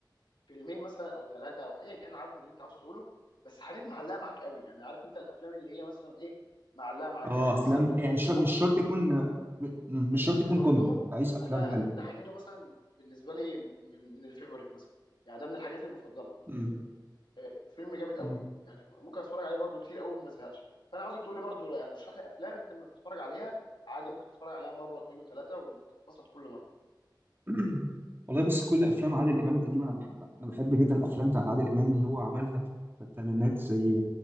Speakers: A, on the left (about 80°); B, on the right (about 30°).
A: فيلمين مثلا او ثلاثه او ايا كان العدد اللي انت عاوز تقوله بس حاجات معلقه معاك قوي يعني عارف انت الافلام اللي هي مثلا ايه معلقه معاك
B: اه
A: يعني انت
B: افلام
A: مثلا من اللي
B: يعني
A: قلتهم
B: ش- مش شرط يكون م- مش
A: من
B: شرط
A: من
B: يكون
A: اللي قلتهم
B: كوميدي انت عايز افلام
A: انا
B: حلوه
A: ابن حميدو مثلا بالنسبه لي من من الفيفوريت مثلا يعني ده من الحاجات المفضله
B: مم.
A: آه، فيلم جامد قوي
B: مم.
A: يعني ممكن اتفرج عليه برضو كتير قوي وما ازهقش فانا عاوزك تقول لي برضو يعني اشرح لي افلام انت لما بتتفرج عليها عادي ممكن تتفرج عليها مره واثنين وثلاثه وتتبسط كل مره
B: <clears throat> والله بص كل افلام عادل امام القديمه انا بحبها انا بحب جدا الافلام بتاعت عادل امام اللي هو عملها في الثمانينات زي